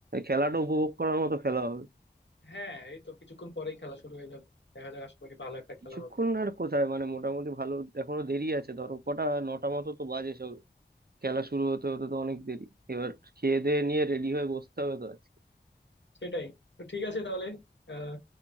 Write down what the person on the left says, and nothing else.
হ্যাঁ এই তো কিছুক্ষণ পরেই খেলা শুরু হয়ে যাবে দেখা যাক আশা করি ভালো একটা
খেলা হবে
সেটাই তো ঠিক আছে তাহলে আহ